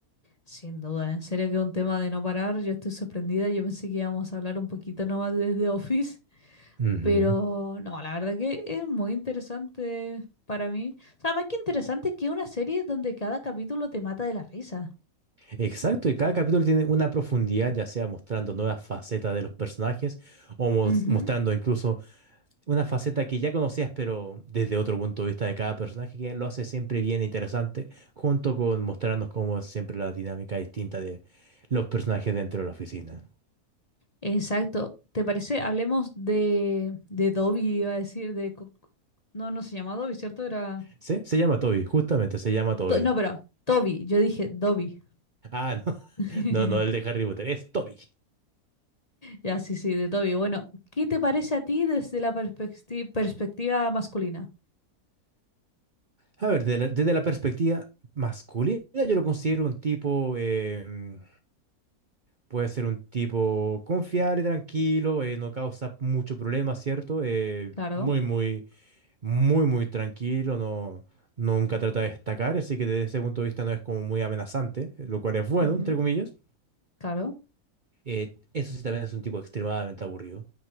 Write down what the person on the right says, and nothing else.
Ujú.
Exacto, y cada capítulo tiene una profundidad, ya sea mostrando nuevas facetas de los personajes o mos-
mostrando incluso una faceta que ya conocías, pero desde otro punto de vista de cada personaje, que lo hace siempre bien e interesante, junto con mostrarnos cómo es siempre la dinámica distinta de los personajes dentro de la oficina.
¿Sí? Se llama Toby, justamente se llama Toby.
Ah, no. <laughs>
No, no, el de Harry Potter. Es Toby.
A ver, de la- desde la perspectiva masculina, yo lo considero un tipo. eh, puede ser un tipo confiable, tranquilo, eh, no causa mucho problema, ¿cierto? Eh,
muy, muy, muy, muy tranquilo, no, nunca trata de destacar, así que desde ese punto de vista no es como muy amenazante, lo cual es bueno,
entre comillas.
Eh, eso sí también es un tipo extremadamente aburrido.